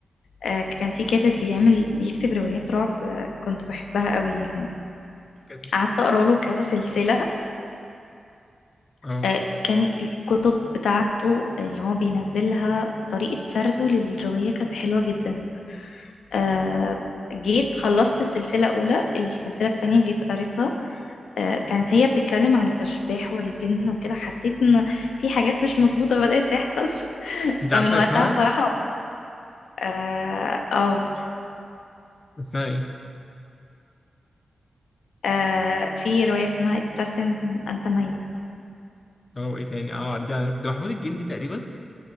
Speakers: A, on the left; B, on the left.
A: آه، كان في كاتب بيعمل بيكتب روايات رعب آه، كنت بحبها قوي يعني
B: مين كاتب
A: قعدت اقرا له كذا سلسله
B: اه
A: آه، كان الكتب بتاعته اللي هو بينزلها طريقة سرده للرواية كانت حلوة جدا آه، جيت خلصت السلسلة الأولى السلسلة التانية جيت قريتها آه، كانت هي بتتكلم عن الأشباح والجن وكده حسيت إن في حاجات مش مظبوطة بدأت تحصل <laughs>
B: انت عارفها
A: فمن وقتها
B: اسمها
A: بصراحة اه آه،
B: اسمها ايه
A: آه، في رواية اسمها ابتسم أنت ميت
B: اه ايه تاني اه دي عارف ده محمود الجندي تقريبا